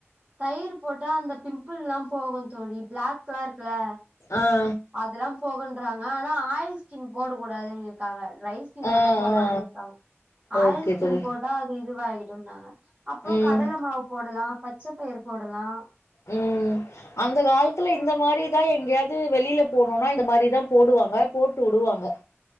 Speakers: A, on the right (about 35°); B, on the left (about 85°).
A: தயிர் போட்டா அந்த பிம்பில்லாம் போகும் தோழி பிளாக் குலாம் இருக்குல
B: ஆ
A: அதெல்லாம் போக ங்க ஆனா ஆயில் ஸ்கின் போடக்கூடாதுன்னு இருக்காங்க ட்ரை ஸ்கின்
B: ஆ
A: மட்டும் போடலாம்
B: ஆ
A: இருக்காங்க ஆயில்
B: ஓகே
A: ஸ்கின்
B: தோழி
A: போட்டா அது இதுவாகிடுன்னாங்க அப்பறம்
B: ம்
A: கடலை மாவு போடலாம் பச்ச பயிர் போடலாம்
B: உம் அந்த காலத்துல இந்த மாரிதான் எங்கேயாவது வெளில போனும்னா இந்த மாரிதான் போடுவாங்க போட்டு வுடுவாங்க